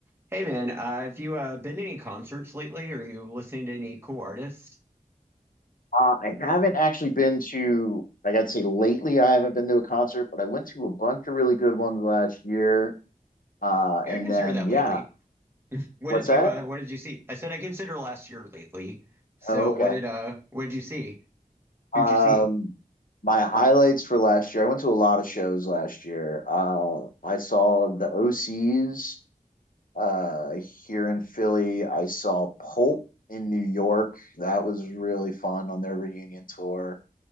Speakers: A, on the right (about 15°); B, on the left (about 75°).
A: Hey man, uh, have you uh, been to any concerts lately? Are you listening to any cool artists?
B: Uh, I haven't actually been to, like I'd say lately, I haven't been to a concert, but I went to a bunch of really good ones last year. Uh,
A: Yeah,
B: and
A: I consider
B: then,
A: that
B: yeah,
A: lately. What
B: what's
A: did you
B: that?
A: uh, what did you see? I said I consider last year lately. So
B: Oh, okay.
A: what did uh what did you see? Who'd
B: Um,
A: you see?
B: my highlights for last year, I went to a lot of shows last year. Uh, I saw the OCs uh, here in Philly, I saw Pulp in New York. That was really fun on their reunion tour.